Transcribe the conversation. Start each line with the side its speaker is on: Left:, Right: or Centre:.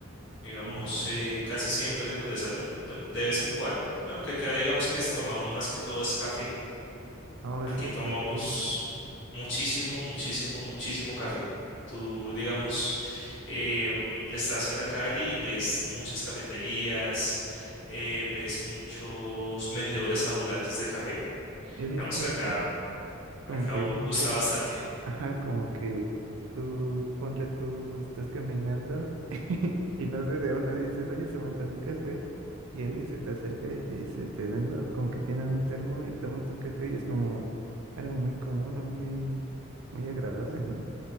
Left: Digamos,
Right: Pero no,
Left: eh, casi siempre en los desayunos, bueno, de vez en cuando. Bueno, aunque acá digamos que es- tomamos más que todo es café.
Right: no, es
Left: Aquí
Right: cierto,
Left: tomamos
Right: es cierto.
Left: muchísimo, muchísimo, muchísimo café. Tú, digamos, em, estás en la calle y ves muchas cafeterías, eh, ves muchos vendedores ambulantes de café.
Right: He visto
Left: Digamos que acá,
Right: eso, como
Left: acá
Right: que
Left: gu-
Right: mucha
Left: gusta bastante.
Right: Ajá, como que tú, ponle tú, estás caminando <laughs> y no sé, de una dices, oye, se me antoja un café y alguien se te acerca y te dice, te vendo como que tienen un termo y tómate un café y es como algo muy común o muy, muy agradable, ¿no?